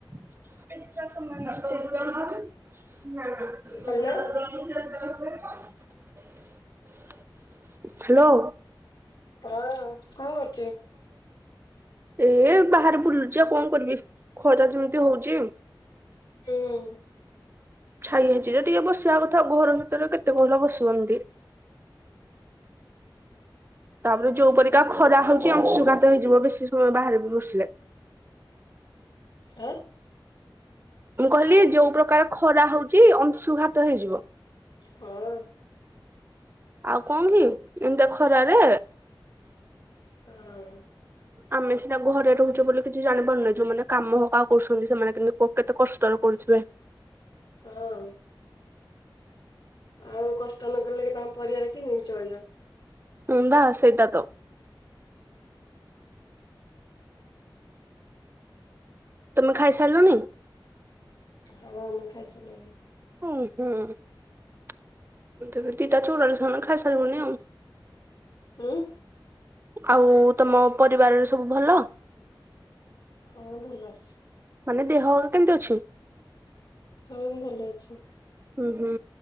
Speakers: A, on the right (about 30°); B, on the left (about 70°).
A: ପ ଏ ନା ନା ହ୍ୟାଲୋ।
B: ହ୍ୟାଲୋ ହଁ କଣ କରୁ
A: ଏ ବାହାରେ ବୁଲୁ ବୁଲୁଚି ଆଉ କଣ କରିବି ଖରା ଯେମିତି ହଉଛି।
B: ହୁଁ।
A: ଛାଇ ହେଇଛି ଯେ ଟିକେ ବସିବା କଥା, ଘର ଭିତରେ କେତେ କହିଲ ବସିବ ଏମିତି। ତାପରେ ଯୋଉ ପରିକା ଖରା ହଉଛି ଅଂଶୁଘାତ ହେଇଯିବ, ବେଶୀ ସମୟ ବାହାରେ ବି ବସିଲେ।
B: ଆଁ।
A: ମୁଁ କହିଲି ଯୋଉ ପ୍ରକାର ଖରା ହଉଛି ଅଂଶୁଘାତ ହେଇଯିବ।
B: ହଁ।
A: ଆଉ କଣ କି ଏମିତିଆ ଖରାରେ
B: ହଁ।
A: ଆମେ ସିନା ଘରେ ରହୁଛେ ବୋଲି କିଛି ଜାଣି ପାରୁନେ, ଯୋଉମାନେ କାମ ହକା କରୁଛନ୍ତି ସେମାନେ କିନ୍ତି କେତେ କଷ୍ଟର କରୁଥିବେ।
B: ହଁ। ଆଉ କଷ୍ଟ ନକଲେ କି ତାଙ୍କ ପରିବାର କେମିତି ଚଳିବ?
A: ହଁ ବା ସେଇଟା ତ। ତମେ ଖାଇସାରିଲଣି?
B: ହଁ ମୁଁ ଖାଇସାରିଲିଣୀ।
A: ଉଁ ହୁଁ ହୁଁ ତ ଦିଟା ଚୁଡ଼ ରେ ସାନ ଖାଇସାରିବନି ଆଉ।
B: ହୁଁ।
A: ଆଉ ତମ ପରିବାରରେ ସବୁ ଭଲ।
B: ହଁ ଭଲ।
A: ମାନେ ଦେହ କେମିତି ଅଛି।
B: ହୁଁ ଭଲ ଅଛି।
A: ହୁଁ ହୁଁ